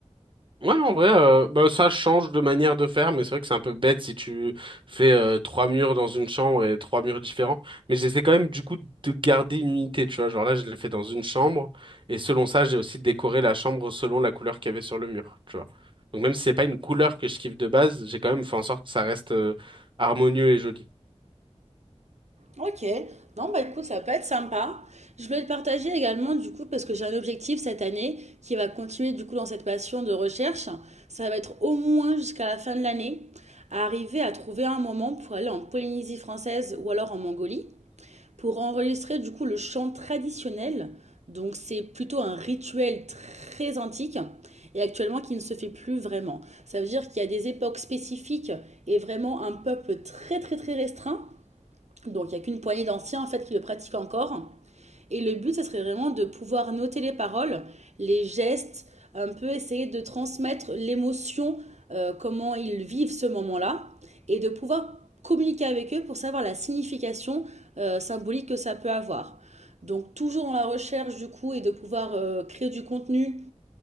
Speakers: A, on the right; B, on the right.
A: Ouais, non, en vrai, euh, bah, ça change de manière de faire, mais c'est vrai que c'est un peu bête si tu fais euh, trois murs dans une chambre et trois murs différents. Mais j'essaie quand même, du coup, de garder une unité, tu vois. Genre là, je l'ai fait dans une chambre, et selon ça, j'ai aussi décoré la chambre selon la couleur qu'il y avait sur le mur, tu vois. Donc même si c'est pas une couleur que je kiffe de base, j'ai quand même fait en sorte que ça reste euh, harmonieux et joli.
B: Ok, non bah écoute, ça peut être sympa. Je voulais le partager également du coup parce que j'ai un objectif cette année qui va continuer du coup dans cette passion de recherche. Ça va être au moins jusqu'à la fin de l'année à arriver à trouver un moment pour aller en Polynésie française ou alors en Mongolie pour enregistrer du coup le chant traditionnel. Donc c'est plutôt un rituel très antique et actuellement qui ne se fait plus vraiment. Ça veut dire qu'il y a des époques spécifiques et vraiment un peuple très très très restreint donc il n'y a qu'une poignée d'anciens en fait qui le pratiquent encore. Et le but, ça serait vraiment de pouvoir noter les paroles, les gestes, un peu essayer de transmettre l'émotion, euh, comment ils vivent ce moment-là, et de pouvoir communiquer avec eux pour savoir la signification euh, symbolique que ça peut avoir. Donc toujours dans la recherche du coup et de pouvoir euh, créer du contenu